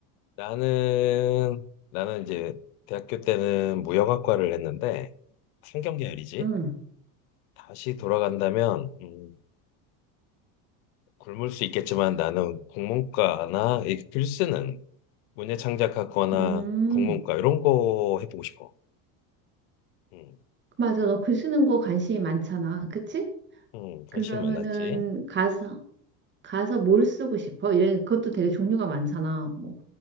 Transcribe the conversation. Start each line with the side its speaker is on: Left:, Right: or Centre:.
Left: 나는, 나는 이제 대학교 때는 무역학과를 했는데, 상경계열이지?
Right: 응.
Left: 다시 돌아간다면 음. 음, 굶을 수 있겠지만 나는 국문과나 이 글쓰는 문예 창작학과나
Right: 음.
Left: 국문과 이런 거 해보고 싶어. 음,
Right: 맞아. 너 글 쓰는 거 관심이 많잖아. 그치?
Left: 음, 관심
Right: 그러면은
Left: 많았지.
Right: 가서 가서 뭘 쓰고 싶어? 이런 그것도 되게 종류가 많잖아. 뭐